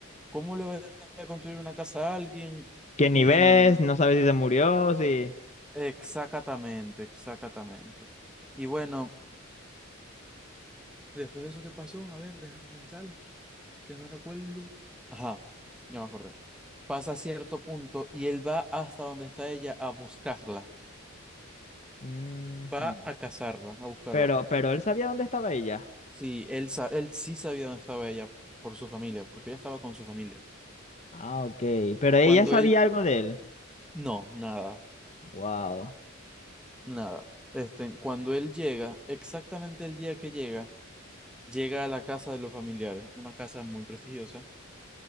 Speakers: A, in the centre; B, on the left.
A: ¿cómo le va a construir una casa a alguien?
B: Que
A: Y
B: ni ves, no sabes si se murió, si.
A: exactamente, exactamente. Y bueno, después de eso que pasó, a ver, déjame pensar, que no recuerdo. Ajá, ya me acordé. pasa a cierto punto y él va hasta donde está ella a buscarla,
B: Ujú.
A: va a cazarla, a buscarla.
B: Pero,
A: pues.
B: pero él sabía dónde estaba ella.
A: Sí, él, sa- él sí sabía dónde estaba ella por su familia, porque ella estaba con su familia.
B: Ah, ok. Pero ella
A: Cuando
B: sabía
A: él,
B: algo de él.
A: no, nada,
B: Wow.
A: nada. Este, cuando él llega, exactamente el día que llega, llega a la casa de los familiares, una casa muy prestigiosa,